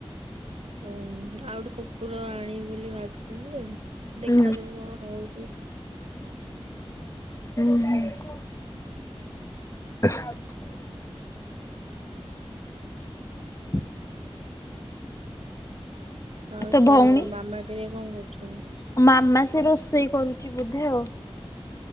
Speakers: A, on the right; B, on the left.
A: ହୁଁ ଆଉ ଗୋଟେ କୁକୁର ଆଣିବି ବୋଲି ଭାବିଥିଲି ଯେ
B: ହୁଁ
A: ଦେଖାଯାଉ କଣ ହଉଛି।
B: ହୁଁ ହୁଁ। <inaudible> <inaudible>
A: ଆଉ
B: ତୋ
A: ତ
B: ଭଉଣୀ
A: ମାମା ଏବେ କଣ କରୁଛନ୍ତି?
B: ମାମା ସେ ରୋଷେଇ କରୁଛି ବୋଧେ ଆଉ।